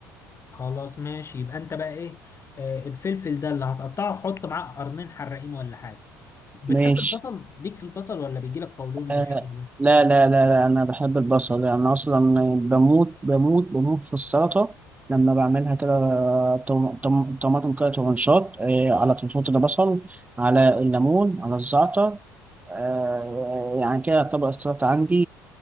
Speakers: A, on the left; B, on the right.
A: خلاص ماشي يبقى انت بقى ايه آه الفلفل ده اللي هتقطعه حط معاه قرنين حراقين ولا حاجه بتحب
B: ماشي
A: البصل ليك في البصل ولا بيجيلك قولون
B: آه
A: والشغل ده
B: لا لا لا لا انا بحب البصل يعني انا اصلا بموت بموت بموت في السلطه لما بعملها كده طم- طم- طماطم كده ترنشات آه على تنشوط ده بصل على الليمون على الزعتر آه يعني كده يعتبر السلطة عندي